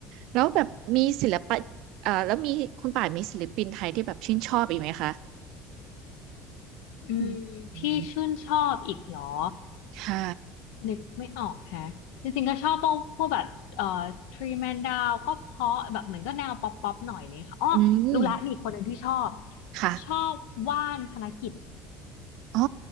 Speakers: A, on the right; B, on the left.
A: แล้วแบบมีศิลปะเอ่อแล้วมีคุณป่านมีศิลปินไทยที่แบบชื่นชอบอีกไหมคะ
B: อืมที่ชื่นชอบอีกเหรอ
A: อืมอืมใช่
B: นึกไม่ออกแฮะจริงๆก็ชอบพวกพวกแบบเอ่อทรีแมนดาวก็เพราะแบบเหมือนก็แนวป๊อปป๊อปหน่อยเลยค่ะอ๋อรู้ละมีอีกคนหนึ่งที่ชอบ
A: อืมค่ะ
B: ชอบว่านธนกิจ
A: อ๋อ